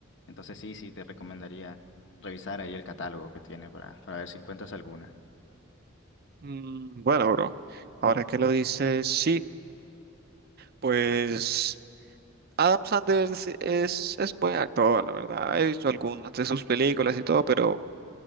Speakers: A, on the left; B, on the right.
A: entonces sí, sí, te recomendaría revisar ahí el catálogo que tiene para, para ver si encuentras alguna.
B: Mm, bueno, bro, ahora que lo dices, sí, pues Adam Sanders es, es un buen actor, la verdad. He visto algunas de sus películas y todo, pero